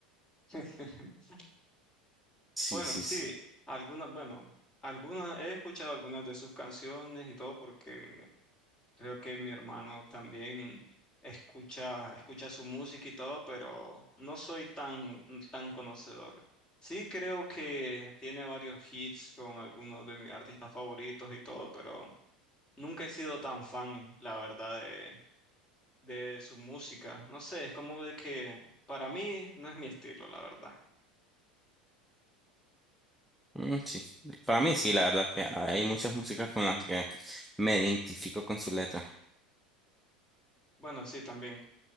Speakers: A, on the left (about 20°); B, in the centre.
A: <laughs>
B: Sí,
A: Bueno,
B: sí,
A: sí,
B: sí.
A: algunas, bueno, algunas he escuchado algunas de sus canciones y todo porque Creo que mi hermano también escucha, escucha su música y todo, pero no soy tan, tan conocedor. Sí creo que tiene varios hits con algunos de mis artistas favoritos y todo, pero nunca he sido tan fan, la verdad, de, de su música. No sé, es como de que para mí no es mi estilo, la verdad.
B: Mm, sí. Para mí sí, la verdad que hay muchas músicas con las que me identifico con su letra.
A: Bueno, sí, también.